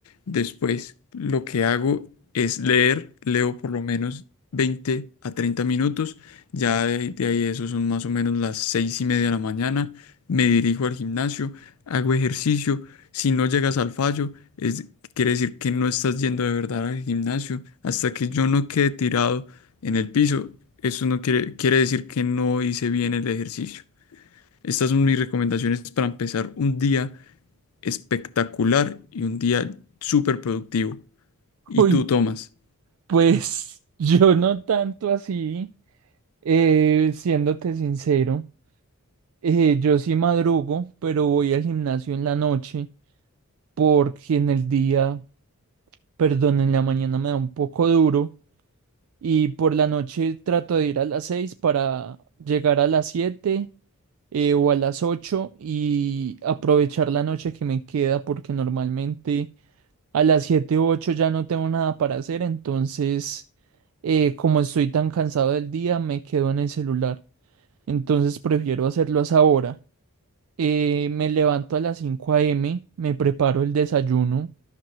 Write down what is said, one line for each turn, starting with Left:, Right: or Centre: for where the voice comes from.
Left: Después, lo que hago es leer, leo por lo menos 20 a 30 minutos. Ya de, de ahí eso son más o menos las seis y media de la mañana. Me dirijo al gimnasio, hago ejercicio si no llegas al fallo, es, quiere decir que no estás yendo de verdad al gimnasio. Hasta que yo no quede tirado en el piso, eso no quiere, quiere decir que no hice bien el ejercicio. Estas son mis recomendaciones para empezar un día espectacular y un día súper productivo.
Right: <laughs>
Left: ¿Y
Right: Uy,
Left: tú, Tomás?
Right: pues yo no tanto así, eh, siéndote sincero, eh, yo sí madrugo, pero voy al gimnasio en la noche porque en el día, perdón, en la mañana me da un poco duro. y por la noche trato de ir a las 6 para llegar a las 7 eh, o a las 8 y aprovechar la noche que me queda porque normalmente a las 7 u 8 ya no tengo nada para hacer, entonces eh, como estoy tan cansado del día me quedo en el celular, entonces prefiero hacerlo a esa hora. Eh, me levanto a las cinco a m me preparo el desayuno,